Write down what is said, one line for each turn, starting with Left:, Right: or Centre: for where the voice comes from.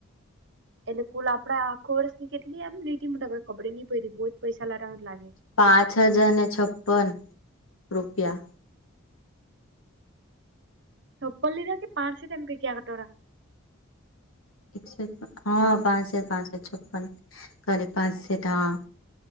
Right: એટલે કુલ આપડે આખો વર્ષ ની કેટલી એમ લીધી માઈ ખબરે નઈ પ બહુ જ પૈસા લાવવા લાગે
Left: પાંચ હજાર ને છપ્પન રૂપિયા
Right: છોપલલીરા કે પાારસી તમ કે કિયા કટડા
Left: એકસઠ હા પાંચસઠ પાંસઠ છપ્પન સોરી પાંચ સેઠ હા